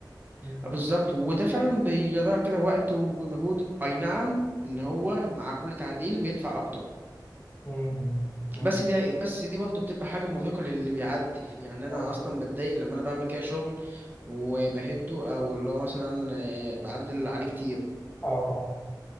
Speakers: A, on the left; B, on the right.
A: م-
B: بالظبط وده فعلا بيضيع كده وقت ومجهود اي نعم ان هو مع كل تعديل بيدفع اكتر
A: م- م- م.
B: بس دي بس دي برضه بتبقى حاجه مرهقه للي بيعدل يعني
A: ماشي.
B: انا اصلا بتضايق لما انا بعمل كده شغل وبهده او اللي هو مثلا آه، بعدل عليه كتير
A: اه اه